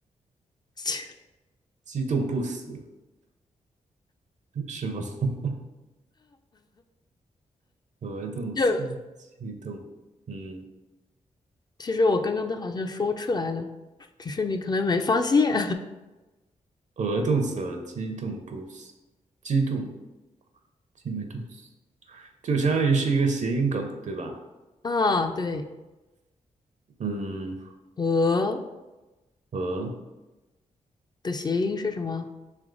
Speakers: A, on the left; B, on the right.
A: <laughs>
B: 激动不死是吗？<laughs> 鹅冻死了，
A: 就
B: 激动，嗯，
A: 其实我刚刚都好像说出来了，只是你可能没发现
B: 鹅冻死了，激动不死，激动，激没冻死，就相当于是一个谐音梗，对吧？
A: <laughs> 啊。对，
B: 嗯，
A: 鹅
B: 鹅，
A: 的谐音是什么？